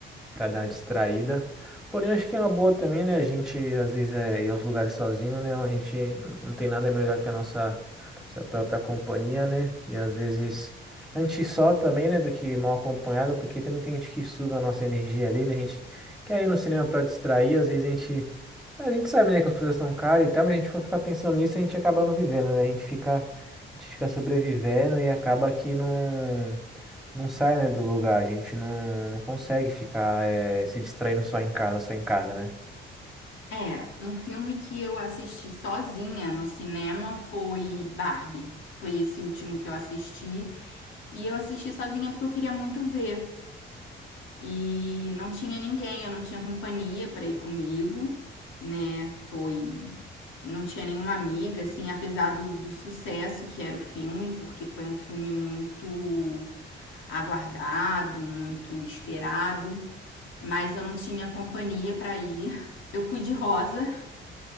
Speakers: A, in the centre; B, on the left.
A: para dar uma distraída. Porém, acho que é uma boa também, né? A gente às vezes é ir aos lugares sozinho, né? A gente n- não tem nada melhor que a nossa, nossa própria companhia, né? E às vezes a gente só também, né? Do que mal acompanhado, porque também tem gente que suga a nossa energia ali, né? A gente quer ir no cinema para distrair, às vezes a gente a gente sabe, né, que as coisas estão caras e tal, mas a gente for ficar pensando nisso, a gente acaba não vivendo, né? A gente fica, a gente fica sobrevivendo e acaba que não, não sai, né, do lugar. A gente não, não consegue ficar, eh, se distraindo só em casa, só em casa, né?
B: É, um filme que eu assisti sozinha no cinema foi Barbie. Foi esse último que eu assisti. E eu assisti sozinha porque eu queria muito ver. E não tinha ninguém, eu não tinha companhia para ir comigo, né? Foi. Não tinha nenhuma amiga, assim, apesar do, do sucesso que era o filme, porque foi um filme muito aguardado, muito esperado, mas eu não tinha companhia para ir. <laughs> Eu fui de rosa,